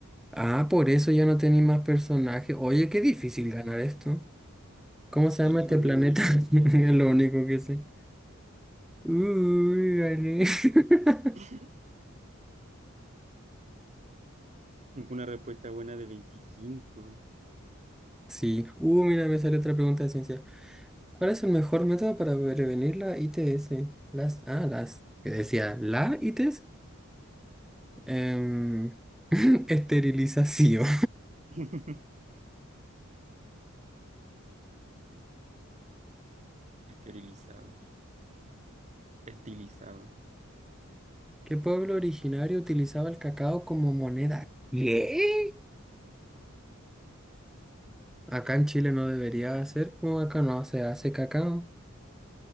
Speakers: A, in the centre; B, on the right.
A: Ah, por eso ya no tenéis más personajes. Oye, qué difícil
B: Ujú.
A: ganar esto. ¿Cómo
B: Sí,
A: se llama
B: son
A: este planeta?
B: veinticinco
A: <laughs> Es
B: rondas.
A: lo único que sé. Uy, gané. <laughs>
B: <laughs> Una respuesta buena de veinticinco
A: Sí. Uh, mira, me sale otra pregunta de ciencia. ¿Cuál es el mejor método para prevenir la ITS? Las, ah, las, que decía, la ITS, Em, <laughs> esterilización.
B: <laughs> Esterilizado. Estilizado.
A: ¿Qué pueblo originario utilizaba el cacao como moneda? ¿Qué? Acá en Chile no debería hacer, o acá no se hace cacao.